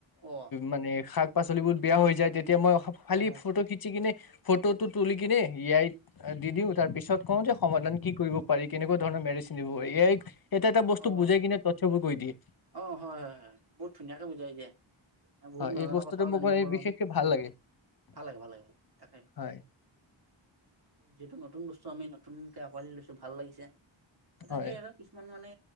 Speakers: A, on the right (about 50°); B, on the left (about 50°).
A: অ
B: মানে শাক ছোৱালীবোৰ বেয়া হৈ যায় তেতিয়া। এতিয়া মই খালি
A: হয় হয়
B: ফটো খিচি কিনে ফটোটো তুলি কিনে এ আই ত দি দিও তাৰ পিছত কওঁ যে সমাধান কি কৰিব পাৰি কেনেকুৱা ধৰণৰ মেডিচিন দিব এয়াৰ এটা এটা
A: অ
B: বস্তু বুজাই
A: অ
B: কিনে- <unintelligible> কৰি দিয়ে।
A: অ হয় হয় হয় বহুত ধুনীয়াকে বুজাই এ দিয়ে মানে বহুত
B: হয়
A: নজাননা
B: এই বস্তুটো
A: কথাও
B: মোক
A: জানিব
B: মানে
A: পাৰো
B: বিশেষকে
A: আমি
B: ভাল লাগে
A: ভাল লাগে ভাল লাগোল তাকে
B: হয়
A: যিহেতু নতুন বস্তু আমি নতুন। লৈছো ভাল লাগিছে। এয়া
B: হয়
A: সেই আৰু কিছুমান মানে